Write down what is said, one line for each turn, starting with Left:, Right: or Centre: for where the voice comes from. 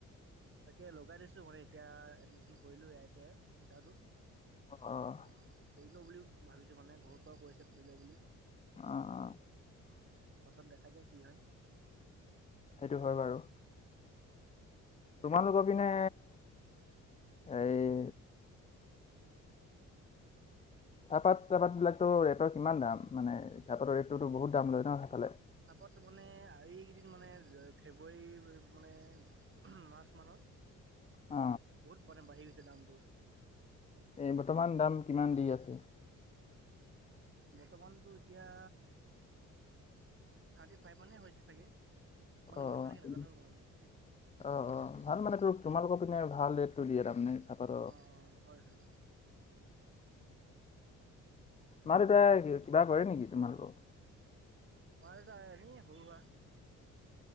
Right: তাকে লগাই থৈছো, মানে এতিয়া এডমিশন কৰিলো আই টি আইত ফিটাৰটোত।
Left: অ', অ',
Right: কৰি লওঁ বুলিও ভাবিছোঁ মানে ঘৰুৰ পৰাও কৈছে কৰি ল' বুলি।
Left: আঁ অঁ।
Right: অ পাছত দেখা যায় কি হয়।
Left: সেইটো হয় বাৰু।
Right: অঁ।
Left: তোমালোকৰ পিনে এই চাহপাত তাপাত বিলাকতো ৰেটৰ কিমান দাম? মানে চাহপাতৰ ৰেটটোতো বহুত দাম লয় ন সেইফালে?
Right: চাহপাতটো মানে এইকেইদিন মানে ফেব্ৰুৱাৰী মানে মাৰ্চ মানত
Left: অ
Right: মানে বহুত মানে বাঢ়ি গৈছিলে দামটো।
Left: এই বৰ্তমান দাম কিমান
Right: অ',
Left: দি আছে?
Right: বৰ্তমানতো এতিয়া থাৰ্টিফাইভ মানে হৈছে চাগে। মানে
Left: অঁ
Right: ইমান ভালকে নাজানো
Left: অঁ,
Right: মানে মই।
Left: অঁ অঁ ভাল মানে
Right: অ',
Left: তোৰ তোমালোকৰ পিনে ভাল ৰেট টো দিয়ে তাৰমানে। চাহপাতৰ
Right: অঁ অঁ হয় হয়।
Left: মাঁ দেউতায়ে কিবা কৰে নেকি তোমালোক?
Right: মাঁ দেউতা এনেই সৰুসুৰা।